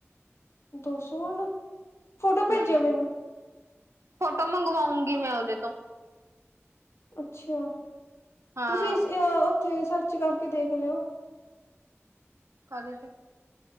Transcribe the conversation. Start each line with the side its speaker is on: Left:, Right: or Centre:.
Left: ਦੋ ਸੌ ਆਲਾ ਫੋਟੋ ਭੇਜਿਓ
Right: ਹਮ
Left: ਮੈਨੂੰ।
Right: ਫੋਟੋ ਮੰਗਵਾਊਂਗੀ ਮੈਂ ਓਦੇ ਤੋਂ।
Left: ਅੱਛਾ
Right: ਹਾਂ
Left: ਤੁਸੀਂ ਇਸ ਓਥੇ ਸਰਚ ਕਰਕੇ ਦੇਖ ਲਿਓ।
Right: ਕਾਦੇ ਤੇ।